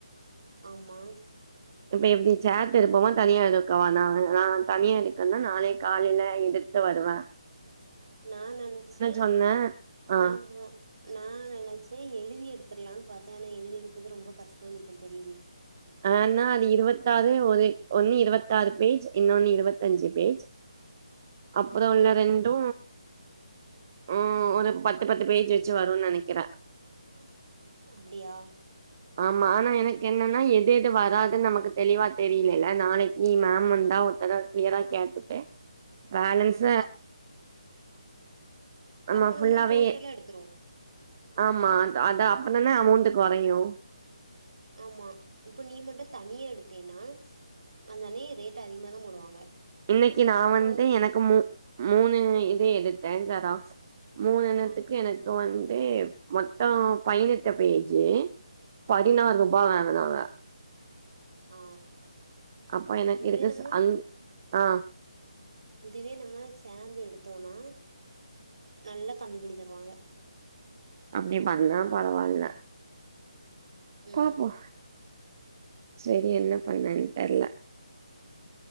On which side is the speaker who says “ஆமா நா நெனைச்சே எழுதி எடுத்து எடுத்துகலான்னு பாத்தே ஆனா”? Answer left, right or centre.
Right